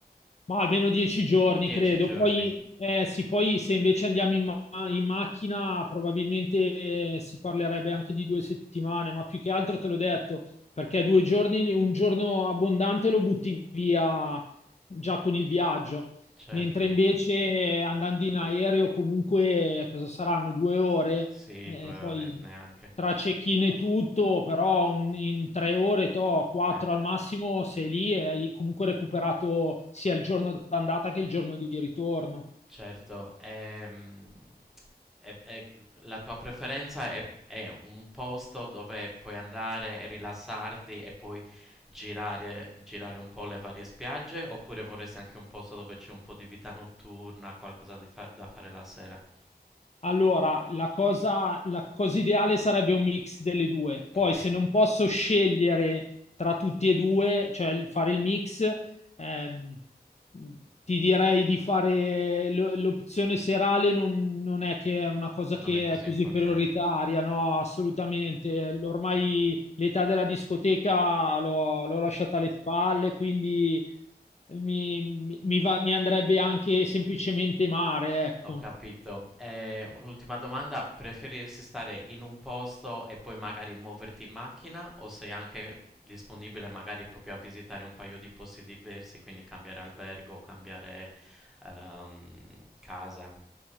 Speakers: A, on the left (about 40°); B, in the centre.
A: Ma almeno dieci giorni,
B: Dieci
A: credo.
B: giorni,
A: Poi, eh, sì, poi se invece andiamo in, ma- in macchina, probabilmente eh, si parlerebbe anche di due settimane, ma più che altro te l'ho detto, perché due giorni, un giorno abbondante lo butti via già con il viaggio,
B: certo.
A: mentre invece eh, andando in aereo comunque eh, cosa saranno due ore?
B: Sì,
A: Eh,
B: due
A: poi
B: ore neanche.
A: tra cecchine e tutto, però un- in tre ore, to, quattro
B: Eh,
A: al massimo, sei lì e hai comunque recuperato sia il giorno d'andata che il giorno di ritorno.
B: certo, ehm, è- è- la tua preferenza è, è un posto dove puoi andare e rilassarti e poi girare, girare un po' le varie spiagge, oppure vorresti anche un posto dove c'è un po' di vita notturna, qualcosa di fa- da fare la sera?
A: Allora, la cosa, la cosa ideale sarebbe un mix delle due. Poi,
B: Ok,
A: se non posso scegliere tra tutti e due, cioè il- fare il mix, ehm, ti direi di fare l- l'opzione serale, non, non è che è una cosa
B: non
A: che
B: è così
A: è così
B: importante.
A: prioritaria, no, assolutamente. Ormai l'età della discoteca l'ho l'ho lasciata alle spalle, quindi mi, mi- mi va- mi andrebbe anche semplicemente mare, ecco.
B: Ho capito. Eh, un'ultima domanda, preferiresti stare in un posto e poi magari muoverti in macchina o sei anche disponibile magari proprio a visitare un paio di posti diversi, quindi cambiare albergo, cambiare ehm, casa?